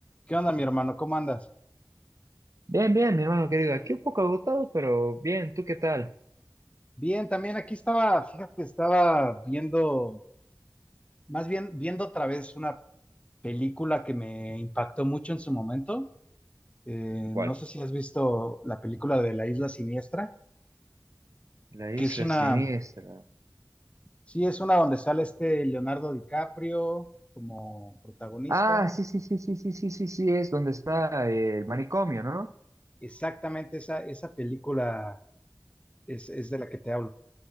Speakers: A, on the left; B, on the right.
A: ¿Qué onda, mi hermano? ¿Cómo andas?
B: Bien, bien, mi hermano querido. Aquí un poco agotado, pero bien. ¿Tú qué tal?
A: Bien, también aquí estaba, fíjate, estaba viendo, más bien viendo otra vez una película que me impactó mucho en su momento. Eh,
B: ¿Cuál?
A: no sé si has visto la película de La Isla Siniestra,
B: La isla
A: que es una,
B: siniestra.
A: sí, es una donde sale este Leonardo DiCaprio como protagonista.
B: Ah, sí, sí, sí, sí, sí, sí, sí, sí, es donde está eh, el manicomio, ¿no?
A: Exactamente esa, esa película es, es de la que te hablo.